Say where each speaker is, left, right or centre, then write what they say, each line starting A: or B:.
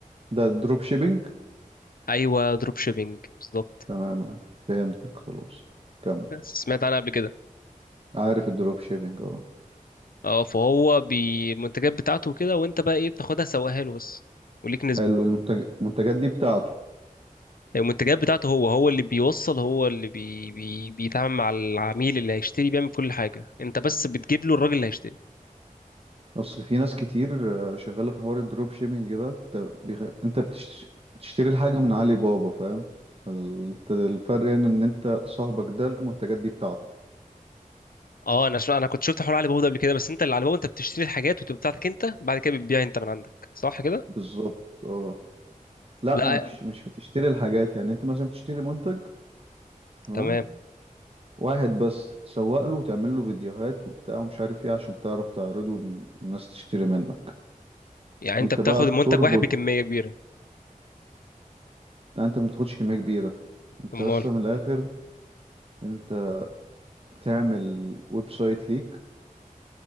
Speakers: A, on the right; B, on the left.
A: ده دروب شيبينج
B: ايوه دروب شيبينج بالظبط
A: تمام فهمتك خلاص كمل
B: سمعت عنها قبل كده
A: عارف الدروب شيبينج اه
B: اه فهو بالمنتجات بتاعته كده وانت بقى ايه بتاخدها سواها له بس وليك نسبه
A: حلو المنتج... المنتجات دي بتاعته
B: المنتجات بتاعته هو هو اللي بيوصل هو اللي بي بي بيتعامل مع العميل اللي هيشتري بيعمل كل حاجه انت بس بتجيب له الراجل اللي هيشتري
A: اصل في ناس كتير آه، شغاله في حوار الدروب شيبينج ده بت- بيخ... انت بتش... بتشتري الحاجه من علي بابا فاهم ال- انت الفرق هنا ان انت صاحبك ده المنتجات دي بتاعته
B: اه انا شو انا كنت شفت حوار علي بابا ده قبل كده بس انت اللي علي بابا انت بتشتري الحاجات وتبقى بتاعتك انت بعد كده بتبيع انت من عندك صح كده
A: بالظبط اه لا
B: لا
A: ما بش... مش بتشتري الحاجات يعني انت مثلا بتشتري منتج تمام
B: تمام
A: واحد بس تسوق له وتعمل له فيديوهات وبتاع ومش عارف ايه عشان تعرف تعرضه إن الناس تشتري منك
B: يعني انت
A: انت
B: بتاخد
A: بقى بتربط
B: المنتج واحد بكميه كبيره
A: يعني انت ما بتاخدش كميه كبيره انت
B: امال
A: اصلا من الاخر انت بتعمل ويب سايت ليك